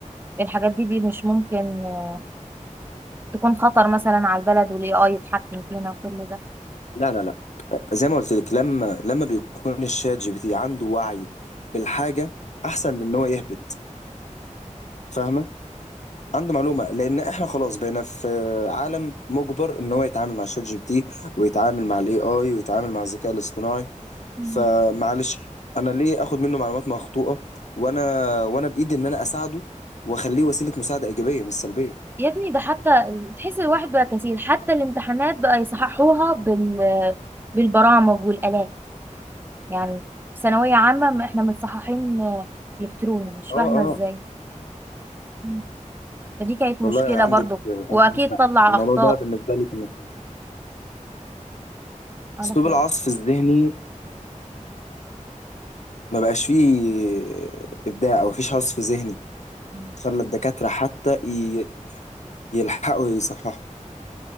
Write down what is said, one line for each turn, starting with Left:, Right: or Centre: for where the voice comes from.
Right: الحاجات دي دي مش ممكن آه، تكون خطر مثلا على البلد والاي اي يتحكم فينا وكل ده
Left: لا لا لا زي ما قلت لك لما لما بيكون الشات جي بي تي عنده وعي بالحاجه احسن من ان هو يهبط فاهمه عنده معلومه لان احنا خلاص بقينا في عالم مجبر ان هو يتعامل مع الشات جي بي تي ويتعامل مع الاي اي ويتعامل مع الذكاء الاصطناعي
Right: مم.
Left: فمعلش انا ليه اخد منه معلومات مخطوطه وانا وانا بايدي ان انا اساعده واخليه وسيله مساعده ايجابيه مش سلبيه
Right: يا ابني ده حتى تحس الواحد بقى كسيل حتى الامتحانات بقى يصححوها بال بالبرامج والآلات يعني في ثانوية عامة ما احنا متصححين إلكتروني مش فاهمة
Left: اه اه
Right: ازاي مم. فدي كانت مشكلة
Left: والله عندك
Right: برضو
Left: عندك
Right: وأكيد
Left: حق
Right: طلع
Left: الموضوع
Right: أخطاء
Left: ده بالنسبه لي كان مشكلة.
Right: على
Left: اسلوب
Right: خير
Left: العصف الذهني ما بقاش فيه ابداع او مفيش عصف ذهني
Right: مم.
Left: خلى الدكاتره حتى ي- يلحقوا يصححوا